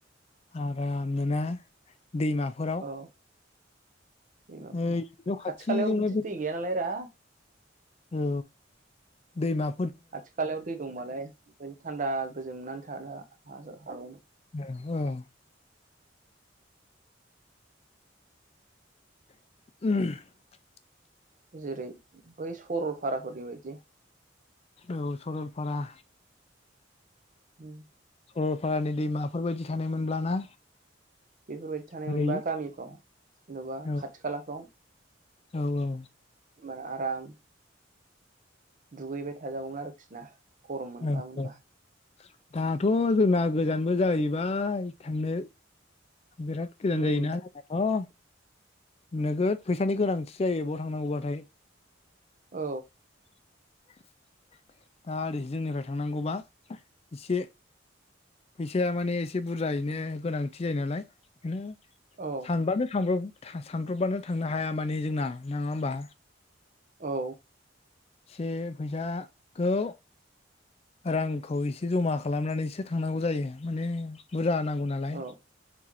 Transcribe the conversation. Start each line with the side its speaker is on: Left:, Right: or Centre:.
Left: आरामनो ना? दैमाफोराव
Right: औ दैमाफोराव
Left: ओइ न' खाथिजोंनो
Right: खाथि खालायाव बिदि दै गैयानालाय रा
Left: औ दैमा
Right: खाथि खालायाव दै दंमालाय थान्दा गोजोमनानै थानो हा हाजो हागौमोन।
Left: <unintelligible> <unintelligible>
Right: जेरै बै सरलफाराफोरनि बायदि
Left: औ सरलफारा
Right: उम
Left: सरलफारानि दैमाफोरबायदि थानाय मोनब्ला ना?
Right: बेफोरबायदि थानाय
Left: ओरै
Right: मोनबा गामिफ्राव जेनेबा
Left: औ
Right: खाथि खालाफ्राव
Left: औ औ।
Right: इमान आराम दुगैबाय थाजागौमोन आरोखिना गरम मोनबा
Left: औ
Right: मोनबा
Left: औ दाथ' जोंना गोजानबो जाहैबाय थांनो बिराद गोजान
Right: उम
Left: जायोना जोंनाथ' नोगोद फैसानि गोनांथि जायो बाव थांनांगौबाथाय
Right: औ
Left: <unintelligible> दा ओरै जोंनिफाय थांनांगौबा इसे फैसाया माने एसे बुरजायैनो गोनांथि जायो नालाय बेनो
Right: औ
Left: सानबानो <unintelligible> था सानब्रबबानो थांनो हाया माने जोंना नङा होमबा
Right: औ
Left: से फैसा खौ रांखौ एसे जमा खालामनानैसो थांनांगौ जायो माने बुरजा नांगौ नालाय
Right: औ